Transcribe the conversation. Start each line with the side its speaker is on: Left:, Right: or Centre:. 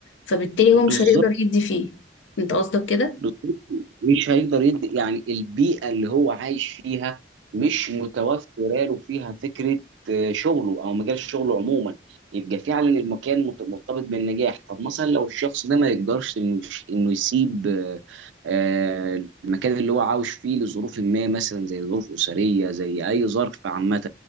Left: فبالتالي
Right: بالظبط
Left: هو مش هيقدر يدي فيه انت قصدك كده
Right: بالظبط مش هيقدر يدي يعني البيئة اللي هو عايش فيها مش متوفرة له فيها فكرة آه، شغله أو مجال شغله عموما يبقى فعلا المكان مت- مرتبط بالنجاح طب مثلا لو الشخص ده ما يقدرش إنه إنه يسيب آه، آه، المكان اللي هو عاوش فيه لظروف ما مثلا زي ظروف أسرية زي أي ظرف عامة